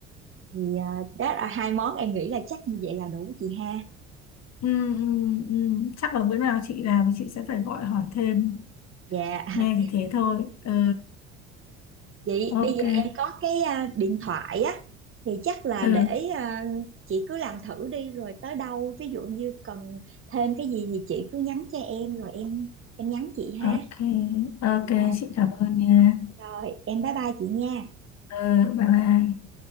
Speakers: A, on the right; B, on the left.
A: thì à, đó là hai món em nghĩ là chắc như vậy là đủ chị ha
B: Ừ, ừ, ừ. Chắc là bữa nào chị làm thì chị sẽ phải gọi hỏi thêm.
A: dạ
B: Nghe
A: <laughs>
B: thì thế thôi. Ừ,
A: chị
B: ok.
A: bây giờ em có cái à, điện thoại á thì chắc là
B: Ừ,
A: để à, chị cứ làm thử đi rồi tới đâu ví dụ như cần thêm cái gì thì chị cứ nhắn cho em rồi em em nhắn chị ha
B: ok, ok.
A: dạ
B: Chị cảm ơn nha.
A: rồi em bye bye chị nha
B: Ừ, bye bye.